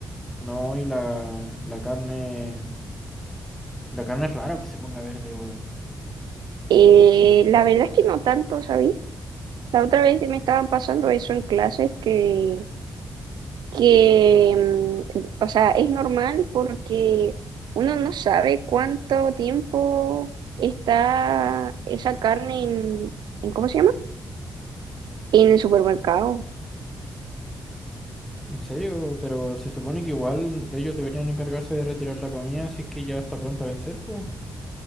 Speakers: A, in the centre; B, on the right.
A: No, y la, la carne... La carne es raro que se ponga verde, weón.
B: Eh, la verdad es que no tanto, ¿sabí? La otra vez me estaban pasando eso en clases que, que, mm, o sea, es normal porque uno no sabe cuánto tiempo está esa carne en, en ¿cómo se llama? En el supermercado.
A: En serio, pero se supone que igual ellos deberían encargarse de retirar la comida si es que ya está pronta a vencer, pues.